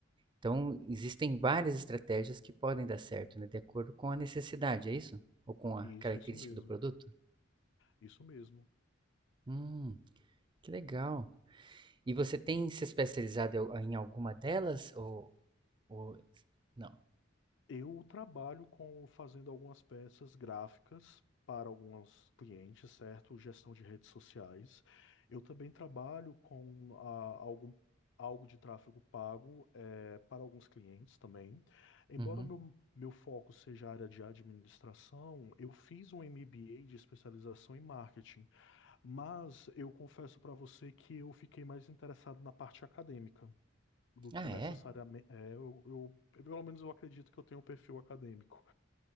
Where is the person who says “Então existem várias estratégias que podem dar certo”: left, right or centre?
Right